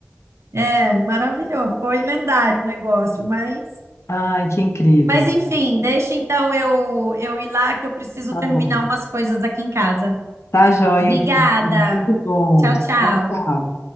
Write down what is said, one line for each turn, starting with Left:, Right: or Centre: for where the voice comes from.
Right: é maravilhoso. Foi lendário o negócio, mas,
Left: Ai, que incrível.
Right: mas enfim, deixa então eu, eu ir lá que eu preciso
Left: Tá
Right: terminar
Left: bom.
Right: umas coisas aqui em casa.
Left: Tá joia,
Right: Obrigada.
Left: hein? Muito bom.
Right: Tchau, tchau.
Left: Tchau, tchau.